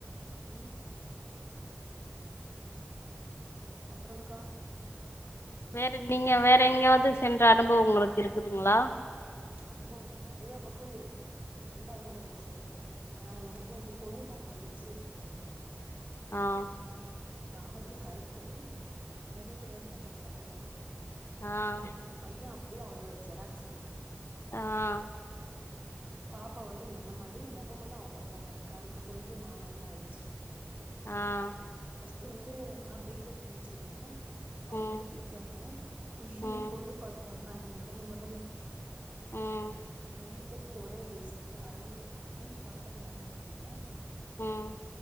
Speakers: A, on the right (about 40°); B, on the left (about 75°).
A: ம் அப்றம்க்கா
B: வேற நீங்க வேற எங்கேயாவது சென்ற அனுபவம் உங்களுக்கு இருக்குதுங்களா
A: அனுபவம் நெறைய பக்கோ இருக்கு எந்த அனுபவத்த சொல்றது ஆ எனக்கு வந்து பொண்ணு பாக்க வந்த விஷயத்த நா சொல்றே
B: ஆஹ்
A: நா வந்து கருப்பு எ வீட்டுக்காரரு நல்லா கலரு
B: ஆஹ்
A: எ பையே அப்டியே அவரோட ஜெராக்ஸு
B: ஆஹ்
A: பாப்பா வந்து என்ன மாரி முகம்ல்லா அவங்க அப்பா மாரி கருப்பு கொஞ்சோ மானரமா ஆயிருச்சு
B: ஆஹ்
A: ஃபஸ்ட்டு வந்து நா பீடெக் முடிச்சிருக்கே அவரு
B: ம்
A: வந்து டிப்ளமோ என்ன
B: ம்
A: பொண்ணுபாக்க வந்தாங்க முதல்ல முதல்ல
B: உம்
A: ரெண்டு பேத்துக்கு ஒரே வயசு அரே வீட்டுல பாத்து தா கல்யாணம் பண்ணாங்க
B: ம்